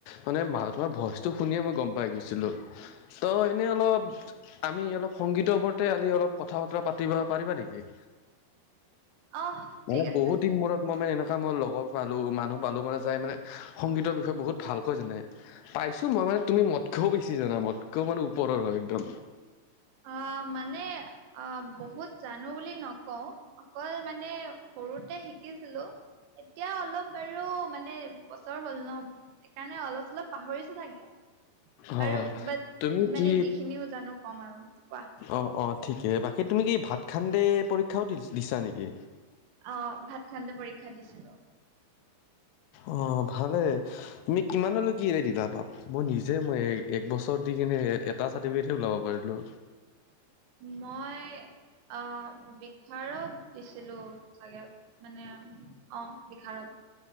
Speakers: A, on the left; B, on the right.
A: মানে মা তোমাৰ ভইচটো শুনিয়ে মই গম পাই গৈছিলোঁ, ত' এনে অলপ আমি অলপ সংগীতৰ ওপৰতে আজি অলপ কথা বতৰা পাতিব পাৰিবা নেকি?
B: অহ
A: মানে
B: ঠিক আছে।
A: বহুত দিনবোৰত মই মানে এনেকুৱা মই লগৰ পালোঁ মানুহ পালোঁ মানে যাই মানে, সংগীতৰ বিষয়ে বহুত ভালকৈ জানে। পাইছোঁ মই মানে তুমি মতকেও বেছি জানা মোতকেও মানে ওপৰৰ হয় একদম।
B: অ', মানে অ, বহুত জানো বুলি নকওঁ অকল মানে সৰুতে শিকিছিলোঁ, এতিয়া অলপ বাৰু মানে বছৰ হ'ল ন', সেইকাৰণে অলপ চলপ পাহৰিছোঁ চাগে।
A: অ।
B: বাৰু বাট,
A: তুমি কি
B: মানে যিখিনিও জানো কম আৰু। কোৱা
A: অ', অ, ঠিকে, বাকী তুমি কি ভাত খান্দে পৰীক্ষাও দি দিছা নেকি?
B: অ', ভাত খান্দে পৰীক্ষা দিছিলোঁ।
A: অ', ভালে, তুমি কিমানলৈকে এৰি দিলা বা মই নিজে মই এক বছৰ দি কিনে এটা চাৰ্টিফিকেটে ওলাব পাৰিলোঁ।
B: মই, আহ, বিসাৰত দিছিলো চাগে। মানে, অ, বিহাৰত।